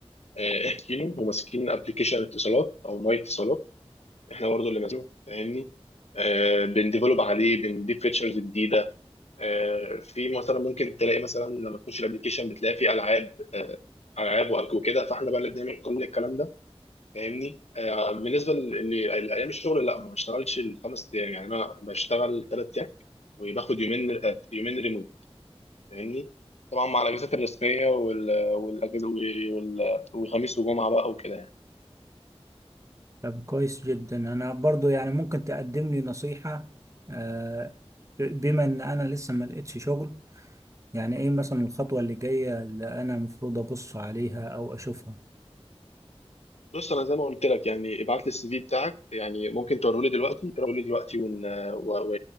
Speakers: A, on the left (about 85°); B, on the right (about 30°).
A: آه، احكيله وماسكين ابلكيشن اتصالات او ماي اتصالات احنا برضه اللي ماسكينه فاهمني آه، بنديفلوب عليه بنضيف فيتشرز جديده آه، في مثلا ممكن تلاقي مثلا لما تخش الابلكيشن بتلاقي فيه العاب آه، العاب وأك- وكده فاحنا بقى اللي بنعمل كل الكلام ده فاهمني آه، بالنسبه ل- لايام الشغل لا ما بشتغلش الخمس ايام يعني انا بشتغل ثلاث ايام وباخد يومين آه، يومين ريموت فاهمني طبعا مع الاجازات الرسميه وال- والاجازه وال- وخميس وجمعه بقى وكده يعني.
B: طب كويس جدا انا برضو يعني ممكن تقدم لي نصيحة آه، بما ان انا لسه ما لقيتش شغل يعني ايه مثلا الخطوة اللي جاية اللي انا المفروض ابص عليها او اشوفها
A: بص انا زي ما قلت لك يعني ابعت لي السي في بتاعك يعني ممكن توريه لي دلوقتي وريه لي دلوقتي ون... و... ولو